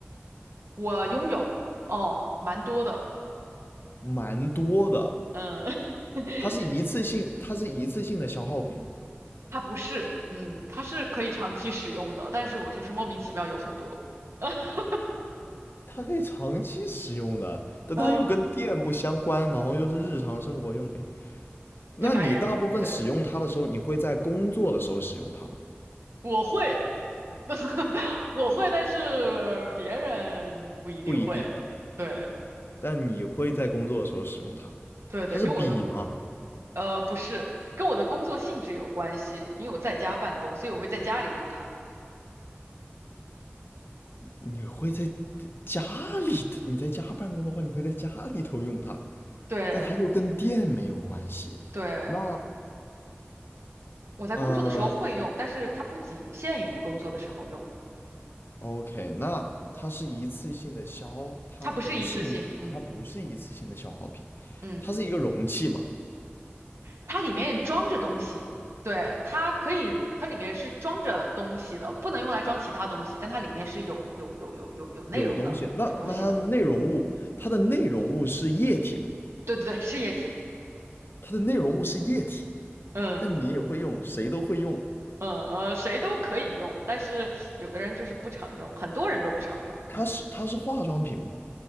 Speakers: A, on the right (about 75°); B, on the left (about 60°).
A: 我拥有哦，蛮多的，
B: 蛮多的，
A: 嗯，<laughs>
B: 它是一次性，它是一次性的消耗品吗？
A: 它不是，嗯，它是可以长期使用的，但是我就是莫名其妙有很多，<laughs>
B: 它可以长期使用的，但它又跟电不相关，
A: 呃，
B: 然后又是日常生活用品。那你大部分使用它的时候，
A: 对，蛮日，对，
B: 你会在工作的时候使用它吗？
A: 我会，<laughs> 我会，但是别人不一定会，
B: 不一定，
A: 对
B: 但你会在工作的时候使用它。
A: 对对，
B: 它是笔吗？
A: 跟我的呃不是，跟我的工作性质有关系，因为我在家办公，所以我会在家里用它。
B: 你会在家里头，你在家办公的话，你会在家里头用它，
A: 对
B: 但它又跟电没有关系。
A: 对，
B: 那
A: 我在工作的时候会用，
B: 呃
A: 但是它不仅限于工作的时候用。
B: ，OK，那它是一次性的消，它不是一，
A: 它不是一次性，嗯
B: 它不是一次性的消耗品，
A: 嗯，
B: 它是一个容器嘛，
A: 它里面装着东西，对，它可以，它里面是装着东西的，不能用来装其他东西，但它里面是有有有有有有内容的，
B: 有东西。那那它的内容物，
A: 有东西的，
B: 它的内容物是液体嘛？
A: 对对对，是液体，
B: 它的内容物是液体，
A: 嗯
B: 但你也会用，谁都会用。
A: 嗯呃，谁都可以用，但是有的人就是不常用，很多人都不常用，
B: 它是它是化妆品嘛？
A: 嗯